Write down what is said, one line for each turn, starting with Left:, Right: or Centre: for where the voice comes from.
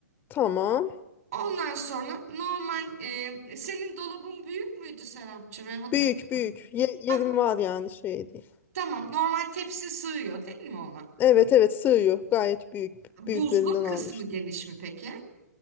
Left: Tamam.
Right: Ondan sonra normal e, senin dolabın büyük müydü Serapcığım? E, hatırlıyorum.
Left: Büyük büyük. Ye yerim
Right: Ha,
Left: var yani şey değil.
Right: tamam normal tepsi sığıyor değil mi ona?
Left: Evet evet sığıyor. Gayet büyük.
Right: Buzluk
Left: Büyüklerinden
Right: kısmı
Left: almıştım.
Right: geniş mi peki?